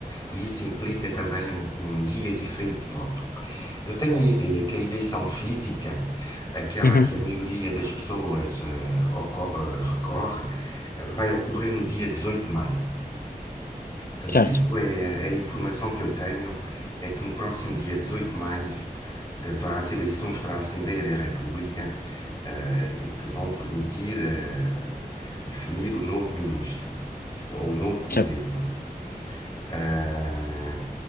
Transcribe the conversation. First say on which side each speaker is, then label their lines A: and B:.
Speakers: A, on the left; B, on the left.
A: e isso implica também um, um dia diferente de voto. Eu tenho a ideia que a eleição física, aquela
B: Uhum.
A: que a maioria das pessoas eh, oco- eh, recorre, eh, vai ocorrer no dia 18 de maio. Portanto,
B: Certo,
A: isso é é a informação que eu tenho, é que no próximo dia 18 de maio, portanto, há as eleições para a Assembleia da República eh, e que vão permitir eh, definir o novo ministro ou o novo governo.
B: certo.
A: Ah,